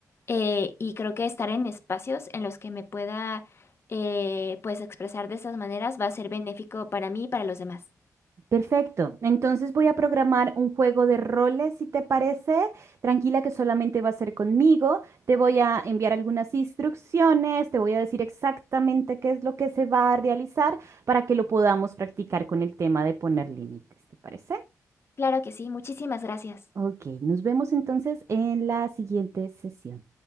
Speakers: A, on the left; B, on the right.
A: eh, y creo que estar en espacios en los que me pueda eh, pues expresar de esas maneras va a ser benéfico para mí y para los demás.
B: Perfecto. Entonces voy a programar un juego de roles, si te parece. Tranquila que solamente va a ser conmigo. Te voy a enviar algunas instrucciones, te voy a decir exactamente qué es lo que se va a realizar para que lo podamos practicar con el tema de poner límites, ¿te parece?
A: Claro que sí, muchísimas gracias.
B: Ok, nos vemos entonces en la siguiente sesión.